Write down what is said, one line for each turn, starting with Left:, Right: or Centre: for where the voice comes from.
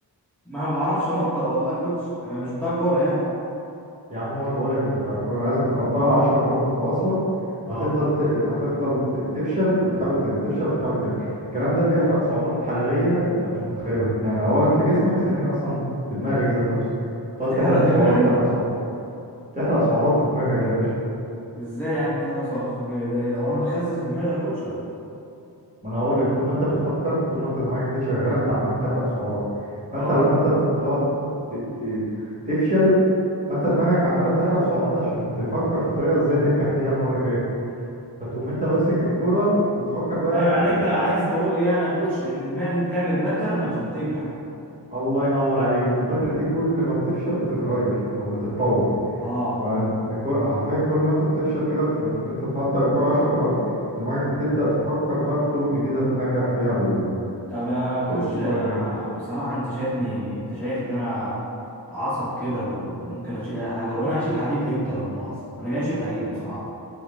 Centre: ما بعرفش أنطق والله يا كوتش أنا مش بتاع كورة يعني
Right: يا عم وانا بقول لك انت بتاع كوره انا عايزك تنطها 10 مرات متواصله
Centre: أه
Right: هتفضل ت... هتفضل ت- تفشل وتحاول تاني تفشل وتحاول تاني الكلام ده بيحرق سعرات حراريه انت مش متخيلها يعني اولا في جسمك ثانيا اصلا في دماغك ذات نفسه تقعد
Centre: بتحرق
Right: تحرق
Centre: دماغي؟
Right: سعرات تحرق سعرات تحرق سعرات في دماغك يا باشا
Centre: إزاي يعني بتحرق سعرات في دماغي ده هو أنا بخسس دماغي يا كوتش ولا؟ إيه؟
Right: ما انا هقول لك طول ما انت بتفكر طول ما انت دماغك دي شغاله انت عمال بتحرق سعرات
Centre: أه
Right: فانت لما انت تقعد ت... ت... تفشل فانت دماغك عماله بتحرق سعرات عشان تفكر في طريقه ازاي تنجح فيها المره الجايه فتقوم انت ماسك الكوره بتفكر بقى
Centre: أيوه يعني
Right: ال-
Centre: أنت عايز تقول لي يعني يا كوتش إن دماغي بتعمل باترن عشان تنجح
Right: الله ينور عليك والباترن دي كل ما بتفشل بتتغير او بتتطور
Centre: أه
Right: فالكوره حرفيا كل ما انت بتفشل كده في, في ان انت تنطق الكوره 10 مرات دماغك بتبدأ تفكر بقى في طرق جديدة تنجح فيها ال...
Centre: طب يا كوتش
Right: في في المرة
Centre: آه،
Right: الجاية
Centre: بصراحة انت شايفني انت شايف ان انا عصب كده وممكن اشيل اي حاجة وانا هشيل حديد امتى لا مؤاخذة انا جاي اشيل حديد بصراحة